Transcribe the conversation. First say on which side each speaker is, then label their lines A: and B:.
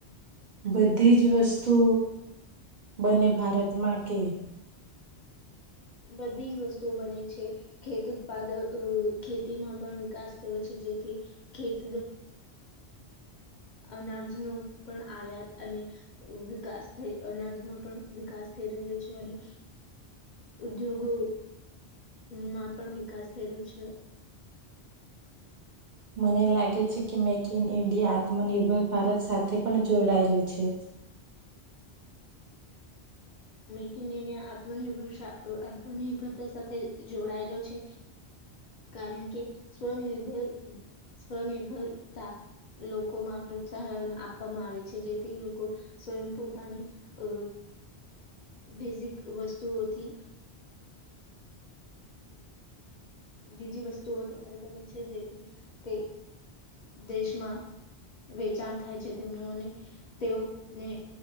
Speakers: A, on the right (about 55°); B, on the left (about 55°).
A: બધી જ વસ્તુ બને ભારતમાં કે.
B: બધી જ વસ્તુઓ બને છે. ખેત ઉત્પાદક ખેતીમાં પણ વિકાસ થયો છે. જેથી ખેત અનાજનો પણ આયાત અને વિકાસ થ અનાજમાં પણ વિકાસ થઈ રહ્યો છે. અને ઉદ્યોગો માં પણ વિકાસ થયો છે.
A: મને લાગે છે કે, મેક ઇન ઇન્ડિયા આત્મનિર્ભર ભારત સાથે પણ જોડાયેલું છે.
B: મેક ઇન ઇન્ડિયા આત્મનિર્ભર આત્મનિર્ભરતા સાથે જોડાયેલો છે. કારણ કે સ્વનિર્ભર સ્વનિર્ભરતા લોકોમાં પ્રોત્સાહન આપવામાં આવે છે. જેથી લોકો સ્વયં પોતાની અ. બેઝિક વસ્તુઓથી. બીજી વસ્તુઓ તૈયાર કરે છે. જેથી તે દેશમાં વેચાણ થાય છે. તેમનું અને તેઓને